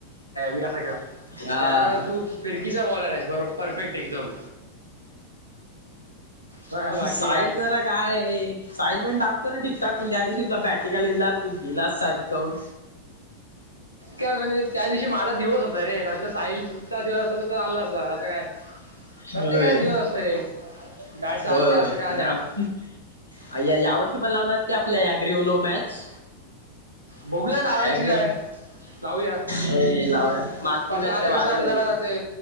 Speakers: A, on the right (about 85°); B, on the left (about 80°).
A: मी कसा ख
B: हा
A: त्यामुळे तू फिरकीचा बॉलर आहेस बरोबर परफेक्ट एकदम. बाकी
B: साईल
A: काय
B: जरा काय साईल पण टाक,. ठिकठकण द दिवशी तुला बॅटरी काढ दिला तू दिलास सर् करून.
A: काय म्हणजे त्या दिवशी माझा दिवस होता रे ना तर साईल चा दिवस असता त तर चाला असता असं काय. प्रत्येकाला
B: होय
A: दिवस असत रे गाट चालते
B: होय होय
A: असं काय
B: आता
A: नाही.
B: आप या वर्षी पण लावणार की आपल्या या ग्रओलो मॅच.
A: बघूया लावायची
B: ॲग्रीओल
A: आहे. जाऊया
B: हे लावूया मागची
A: पासं
B: मॅच
A: आता
B: काय भारी
A: कसं आ
B: झाली
A: जरा
B: होती
A: ते.